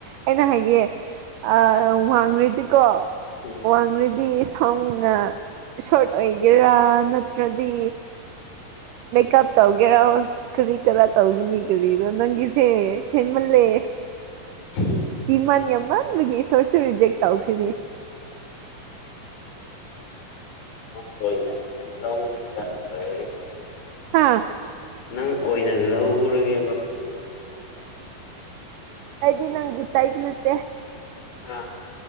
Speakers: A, on the right; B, on the left.
A: ꯑꯩꯅ ꯍꯥꯏꯒꯦ ꯑꯥ ꯋꯥꯡ ꯔꯦꯗꯤꯀꯣ
B: ꯎꯝ
A: ꯋꯥꯡꯉꯔꯗꯤ ꯁꯥꯎꯅ ꯁꯣꯔꯠ ꯑꯣꯏꯒꯦꯔꯥ ꯅꯠꯇ꯭ꯔꯗꯤ ꯃꯦꯀꯞ ꯇꯧꯒꯦꯔ ꯀꯔꯤ ꯇꯔꯥ ꯇꯧꯒꯅꯤ ꯀꯔꯤꯔꯣ ꯅꯪꯒꯤꯁꯦ꯫ ꯍꯦꯃꯜꯂꯦ꯫
B: <unintelligible>
A: ꯗꯤꯃꯥꯟ ꯌꯥꯝꯃꯟꯕꯒꯤ ꯏꯁꯣꯔꯁꯨ ꯔꯤꯖꯦꯛ ꯇꯧꯈ꯭ꯔꯤꯅꯦ
B: ꯕꯨꯛ ꯑꯣꯏꯅ ꯂꯧꯕꯅꯤꯗ ꯑꯗꯨꯝ ꯑꯣꯏꯔꯗꯤ
A: ꯍꯥꯥ꯫
B: ꯅꯪ ꯑꯣꯏꯅ ꯂꯧꯔꯒꯦꯕ
A: ꯑꯩꯗꯤ ꯅꯪꯒꯤ ꯇꯥꯏꯞ ꯅꯠꯇꯦ
B: ꯑꯥ꯫